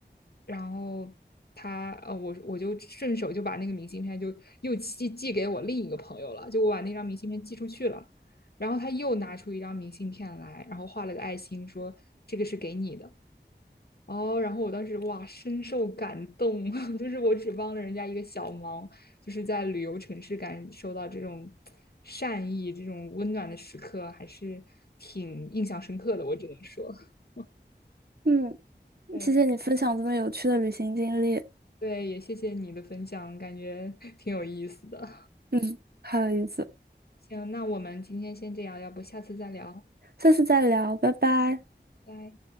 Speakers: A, on the left; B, on the right.
A: 然后他呃，我我就顺手就把那个明信片就又寄寄给我另一个朋友了，就我把那张明信片寄出去了，然后他又拿出一张明信片来，然后画了个爱心，说这个是给你的。哦，然后我当时哇，深受感动，<laughs> 就是我只帮了人家一个小忙，就是在旅游城市感受到这种善意、这种温暖的时刻，还是挺印象深刻的，我只能说。<laughs>
B: 嗯，
A: 对
B: 谢谢你分享这么有趣的旅行经历。
A: 对，也谢谢你的分享，感觉 <laughs> 挺有意思的。
B: 嗯，好有意思，
A: 行，那我们今天先这样，要不下次再聊，
B: 下次再聊，拜拜。
A: 拜拜。